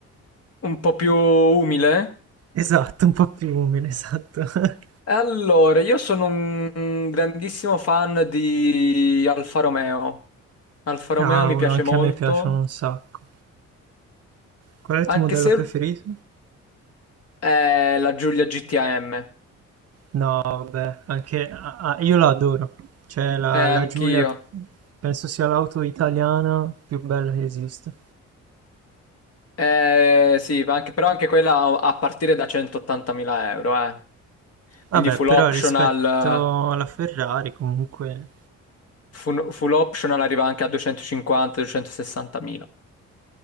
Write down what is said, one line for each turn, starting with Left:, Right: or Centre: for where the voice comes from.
Left: Un po' più umile.
Right: Esatto, un po' più umile, esatto. <laughs>
Left: E allora, io sono un un grandissimo fan di Alfa Romeo. Alfa Romeo
Right: Cavolo,
Left: mi piace
Right: anche
Left: molto,
Right: a me piacciono un sacco. Qual è il
Left: anche
Right: tuo modello
Left: se
Right: preferito?
Left: è la Giulia GTM.
Right: No, vabbè, anche ah, ah, io la adoro. Cioè, la,
Left: Eh,
Right: la
Left: anch'io.
Right: Giulia penso sia l'auto italiana più bella che esiste.
Left: Eh, sì, ma anche- però anche quella a partire da 180.000 euro, eh. Quindi
Right: Vabbè,
Left: full
Right: però
Left: optional,
Right: rispetto alla Ferrari, comunque,
Left: full, full optional arriva anche a 250-260 mila.